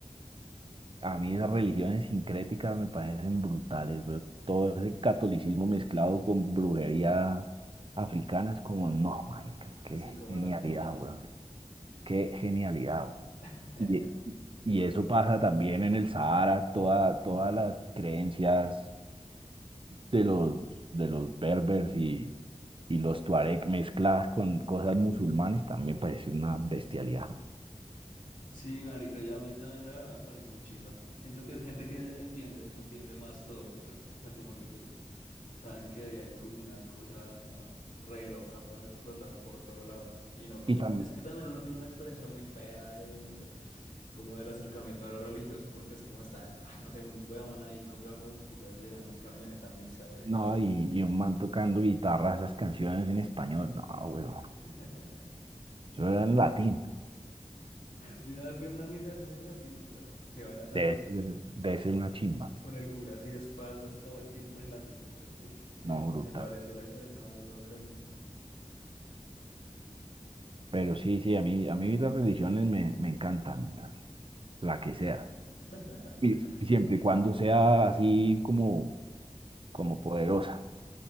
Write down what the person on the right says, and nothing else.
A mí esas religiones sincréticas me parecen brutales, pero todo ese catolicismo mezclado con brujería africana es como, no, mágica,
qué
genialidad,
weón, qué genialidad,
weón. Y eso pasa también en el Sahara, toda, todas las creencias de los, de los berbers y, y los tuareg mezcladas con cosas musulmanes también parece una bestialidad.
Y también,
no,
y, y un man tocando guitarra, esas canciones en español, no, weón,
eso era en latín,
debe,
ser- debe ser una chimba,
no, brutal.
Pero sí, sí, a mí, a mí las religiones me, me encantan, la que sea.
Y y siempre y cuando sea así como como poderosa.